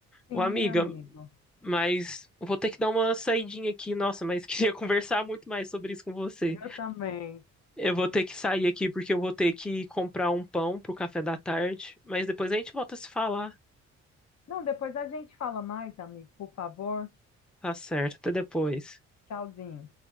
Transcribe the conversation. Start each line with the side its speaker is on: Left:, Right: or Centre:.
Left: Sim,
Centre: Ô, amiga,
Left: amigo,
Centre: mas eu vou ter que dar uma saidinha aqui, nossa, mas <laughs> queria conversar muito mais sobre isso com você.
Left: eu também.
Centre: Eu vou ter que sair aqui porque eu vou ter que comprar um pão pro café da tarde, mas depois a gente volta a se falar.
Left: Não, depois a gente fala mais, amigo, por favor.
Centre: Tá certo, até depois.
Left: Tchauzinho.